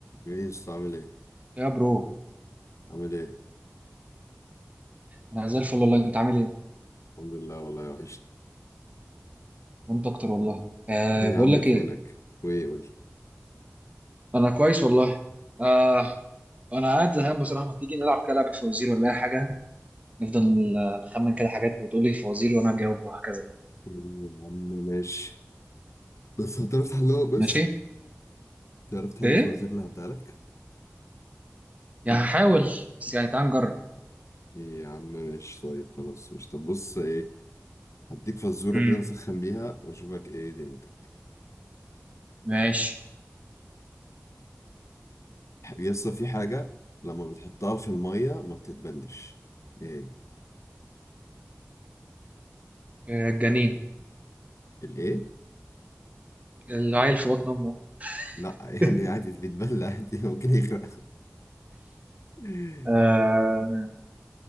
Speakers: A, on the left; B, on the right.
A: جايز عامل ايه؟
B: يا برو
A: عامل ايه؟
B: انا زي الفل والله انت عامل ايه
A: الحمد لله والله وحشني
B: وانت اكتر والله أه
A: ايه
B: بقول
A: يا عم
B: لك
A: فينك؟
B: ايه
A: وايه قول لي؟
B: انا كويس والله أه انا قاعد زهقان بصراحه ما تيجي نلعب كده لعبه فوازير ولا اي حاجه نفضل نخمن كده حاجات وتقول لي فوازير وانا اجاوب وهكذا
A: ايه يا عم ماشي بس هتعرف تحلها بس؟
B: ماشي
A: تعرف تحل
B: ايه
A: الفوازير اللي هديها لك؟
B: يعني هحاول بس يعني تعال نجرب
A: ايه يا عم ماشي طيب خلاص مش طب بص ايه هديك فزورة
B: امم
A: كده نسخن بيها واشوفك ايه دنيتك
B: ماشي
A: يسطا في حاجة لما بتحطها في المية ما بتتبلش ايه؟
B: أه الجنين
A: الايه؟
B: العيل في بطن امه
A: لا يعني
B: <laughs>
A: عادي بيتبل عادي ممكن يغرق <laughs>
B: أه